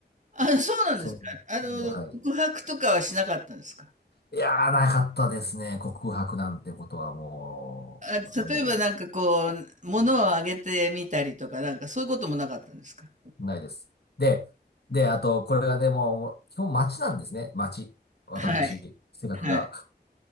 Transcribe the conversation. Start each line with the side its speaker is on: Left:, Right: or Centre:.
Right: あ、そうなんですか。
Left: そ
Right: あの、
Left: の、はい。
Right: 告白とかはしなかったんですか。
Left: いやー、なかったですね。告白なんてことはもう、
Right: あ、
Left: 全然
Right: 例えばなんかこう、物をあげてみたりとか、なんかそういうこともなかったんですか。
Left: ないです。で、で、あと、これがでも、基本街なんですね。街。私、
Right: はい。
Left: 性格が。
Right: はい。